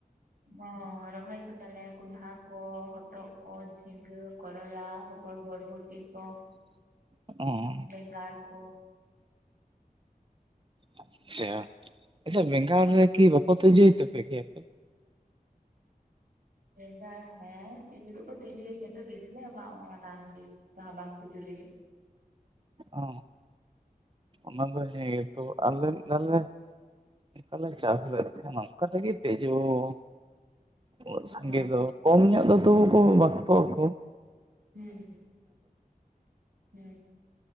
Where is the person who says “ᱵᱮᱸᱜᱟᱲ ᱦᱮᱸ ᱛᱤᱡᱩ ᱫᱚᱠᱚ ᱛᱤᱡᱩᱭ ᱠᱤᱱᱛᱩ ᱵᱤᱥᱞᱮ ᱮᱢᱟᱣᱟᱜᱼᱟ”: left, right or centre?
Right